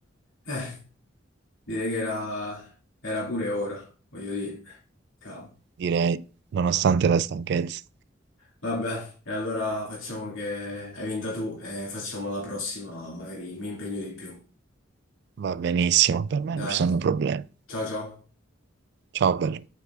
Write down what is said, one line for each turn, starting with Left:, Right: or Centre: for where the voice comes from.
Left: Eh, direi che era, era pure ora, voglio dire. Cavolo.
Right: direi, nonostante la stanchezza.
Left: Vabbè, e allora facciamo che hai vinta tu e facciamo la prossima, magari mi impegno di più.
Right: Va benissimo, per me
Left: Dai,
Right: non ci sono problemi.
Left: ciao ciao.
Right: Ciao, bello.